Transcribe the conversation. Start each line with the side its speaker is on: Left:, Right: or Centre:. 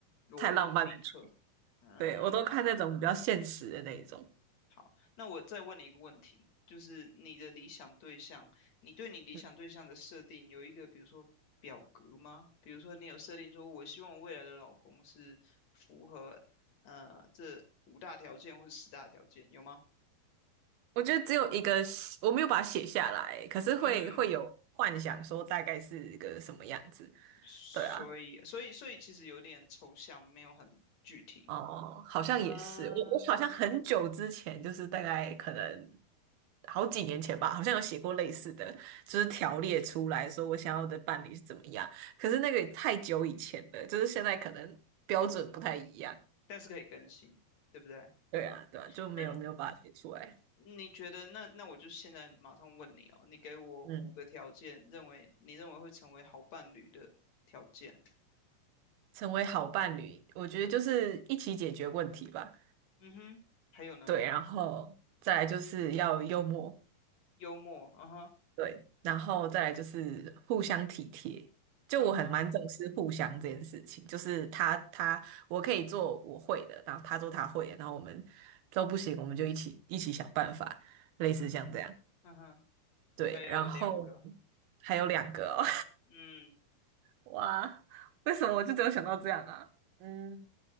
Left: 罗曼蒂克，
Right: 太浪漫的剧，
Left: 嗯，
Right: 对，我都看那种比较现实的那一种。
Left: 好，那我再问你一个问题，就是你的理想对象，你对你理想对象的设定有一个，
Right: 嗯，
Left: 比如说表格吗？比如说你有设定说，我希望我未来的老公是符合呃这五大条件或者十大条件，有吗？
Right: 我觉得只有一个我没有把它写下来，可是会会有幻想说大概是一个什么样子。
Left: 嗯所以，
Right: 对啊。
Left: 所以，所以其实有点抽象，没有很具体，
Right: 哦，好像也是，
Left: 嗯，
Right: 我我好像很久之前，就是大概可能好几年前吧，好像有写过类似的，就是条列出来说我想要的伴侣是怎么样。可是那个也太久以前了，就是现在可能标准不太一样。
Left: 但是可以更新，对不对？
Right: 对啊，对啊，就没有没有把它写出来。
Left: 那你觉得，那那我就现在马上问你哦，你给我五个条件，
Right: 嗯，
Left: 认为你认为会成为好伴侣的条件。
Right: 成为好伴侣，我觉得就是一起解决问题吧。
Left: 嗯哼，还有呢？
Right: 对，然后再来就是要幽默，
Left: 幽默，嗯哼，
Right: 对，然后再来就是互相体贴。就我很蛮重视互相这件事情，
Left: 嗯哼，
Right: 就是他他我可以做我会的，然后他做他会的，然后我们都不行，我们就一起一起想办法，类似像这样。
Left: 嗯哼，嗯哼，
Right: 对，
Left: 还有两个，
Right: 然后还有两个哦，
Left: 嗯，
Right: <laughs> 哇，为什么我就只有想到这样啊？嗯，